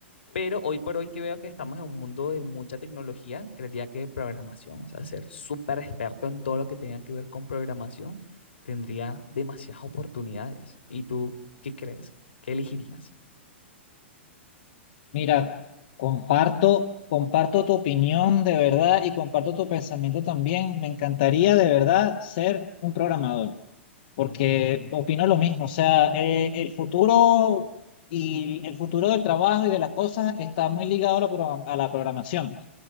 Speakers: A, on the left; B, on the left.
A: Pero hoy por hoy que veo que estamos en un mundo de mucha tecnología, creería que programación, o sea, ser súper experto en todo lo que tenga que ver con programación, tendría demasiadas oportunidades. ¿Y tú qué crees? ¿Qué elegirías?
B: Mira, comparto, comparto tu opinión de verdad y comparto tu pensamiento también. Me encantaría de verdad ser un programador, porque opino lo mismo. O sea, eh, el futuro y el futuro del trabajo y de las cosas está muy ligado a la, program- a la programación.